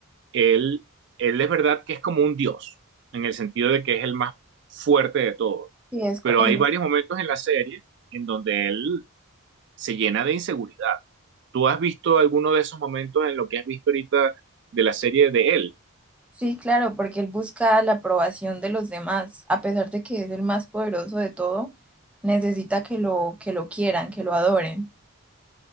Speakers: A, on the right; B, in the centre.
A: él, él es verdad que es como un dios, en el sentido de que es el más fuerte de todos
B: Sí, es co-
A: pero
B: en-
A: hay varios momentos en la serie en donde él se llena de inseguridad. ¿Tú has visto alguno de esos momentos en lo que has visto ahorita de la serie de él?
B: sí, claro, porque él busca la aprobación de los demás, a pesar de que es el más poderoso de todo, necesita que lo, que lo quieran, que lo adoren.